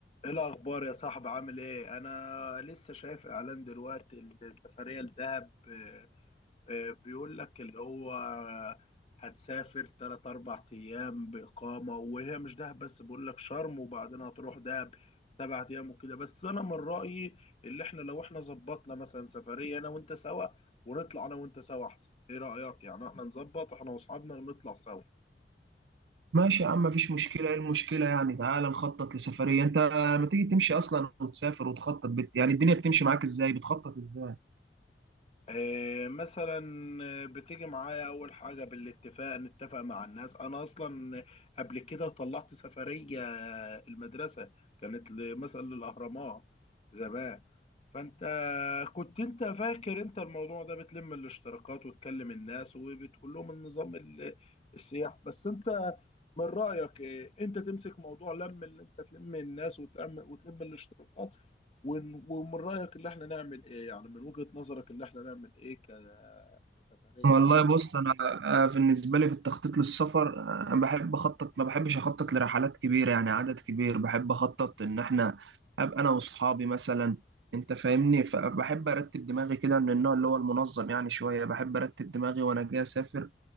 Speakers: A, on the left (about 35°); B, on the right (about 80°).
A: ايه الاخبار يا صاحبي عامل ايه انا لسه شايف اعلان دلوقتي السفريه لدهب آه، آه، بيقول لك اللي هو هتسافر 3 4 ايام باقامه وهي مش دهب بس بيقول لك شرم وبعدين هتروح دهب سبعة ايام وكده بس انا من رايي اللي احنا لو احنا ظبطنا مثلا سفريه انا وانت سوا ونطلع انا وانت سوا احسن ايه رايك يعني احنا نظبط احنا واصحابنا ونطلع سوا
B: ماشي يا عم مفيش مشكلة ايه المشكلة يعني تعالى نخطط لسفرية انت ما تيجي تمشي اصلا وتسافر وتخطط بت... يعني الدنيا بتمشي معاك ازاي بتخطط ازاي
A: آه، مثلا آه، بتيجي معايا اول حاجه بالاتفاق نتفق مع الناس انا اصلا قبل كده طلعت سفريه المدرسه كانت ل- مثلا للاهرامات زمان فانت كنت انت فاكر انت الموضوع ده بتلم الاشتراكات وتكلم الناس وبتقول لهم النظام ال- السياح بس انت من رأيك إيه؟ انت تمسك موضوع لم اللي انت تلم الناس وتعمل وتلم الاشتراكات ون- ومن رأيك اللي احنا نعمل ايه يعني من وجهة نظرك اللي احنا نعمل ايه ك... كسفرية
B: والله
A: يعني عن
B: بص
A: سفر
B: انا آه، بالنسبة لي في التخطيط للسفر آه، انا بحب اخطط ما بحبش اخطط لرحلات كبيرة يعني عدد كبير بحب اخطط ان احنا ابقى انا واصحابي مثلا انت فاهمني فبحب ارتب دماغي كده من النوع اللي هو المنظم يعني شوية بحب ارتب دماغي وانا جاي اسافر